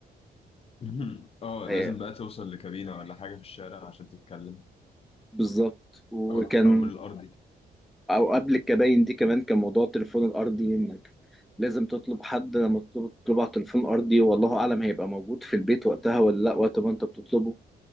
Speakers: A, on the left (about 35°); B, in the centre.
A: <laughs> اه
B: آه
A: لازم بقى توصل لكابينة ولا حاجة في الشارع عشان تتكلم
B: بالظبط وكان
A: أو أو من الأرضي
B: او قبل الكباين دي كمان كان موضوع التليفون الارضي انك لازم تطلب حد لما تطلب تطلب على التليفون ارضي والله اعلم هيبقى موجود في البيت وقتها ولا لا وقت ما انت بتطلبه